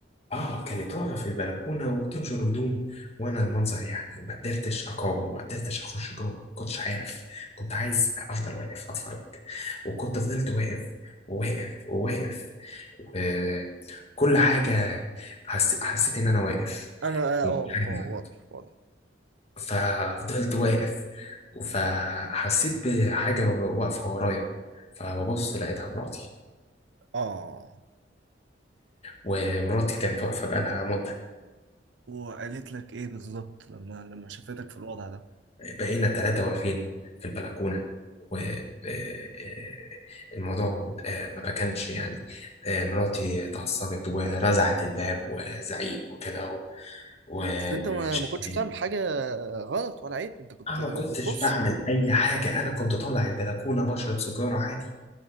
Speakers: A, on the left (about 35°); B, on the right (about 85°).
A: اه كانت واقفه في البلكونه وبتنشر هدوم وانا المنظر يعني ما قدرتش اقاوم ما قدرتش اخش جوه ما كنتش عارف كنت عايز افضل واقف اتفرج وكنت فضلت واقف وواقف وواقف وكل حاجه حس... حسيت ان انا واقف
B: انا
A: ومش
B: اه
A: عارف.
B: اه واضح واضح
A: ففضلت واقف فحسيت بحاجه واقفه ورايا فببص لقيتها مراتي
B: اه
A: ومراتي كانت واقفة بقالها مدة
B: وقالت لك ايه بالظبط لما لما شافتك في الوضع ده
A: بقينا ثلاثة واقفين في البلكونة والموضوع ما كانش يعني آه، مراتي اتعصبت ورزعت الباب وزعيق وكده و- وشتي
B: بس انت ما ما كنتش بتعمل حاجة غلط ولا عيب انت كنت
A: أنا ما كنتش
B: بتبص
A: بعمل أي حاجة أنا كنت طالع البلكونة بشرب سيجارة عادي